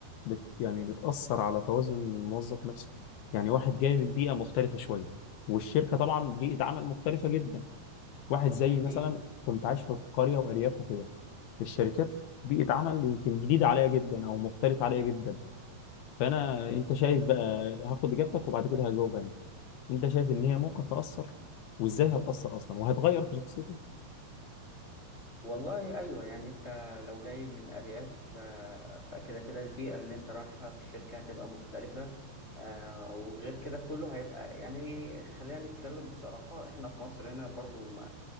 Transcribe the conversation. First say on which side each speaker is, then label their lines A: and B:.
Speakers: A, on the left (about 75°); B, on the left (about 25°).
A: بت يعني بتأثر على توازن الموظف نفسه يعني واحد جاي من بيئة مختلفة شوية والشركة طبعا بيئة عمل مختلفة جدا واحد زي
B: اكيد
A: مثلا كنت عايش في قرية وأرياف وكده الشركات بيئة عمل يمكن جديدة عليا جدا أو مختلفة عليا جدا فانا انت شايف بقى هاخد اجابتك وبعد كده هجاوب انا انت شايف ان هي ممكن تاثر وازاي هتاثر اصلا وهتغير في شخصيته
B: والله ايوه يعني انت لو جاي من ارياف آه، فكده كده البيئه اللي انت رايحها في الشركه هتبقى مختلفه آه، وغير كده كله هيبقى يعني خلينا نتكلم بصراحه احنا في مصر هنا برضو